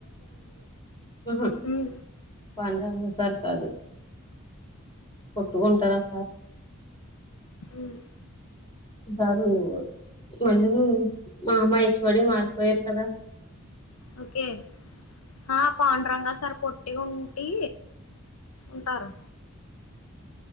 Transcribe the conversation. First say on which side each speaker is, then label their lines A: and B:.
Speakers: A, on the left; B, on the left.
A: <unintelligible>
B: ఉమ్
A: సార్ కాదు కొట్టుకుంటారూ ఆ
B: ఉమ్
A: సారు <unintelligible> మళ్ళీ మా అమ్మా హెచ్ ఒ డి మారిపోయారు కదా
B: ఒకే హా పాండరంగ సార్ పొట్టిగుంటి ఉంటరూ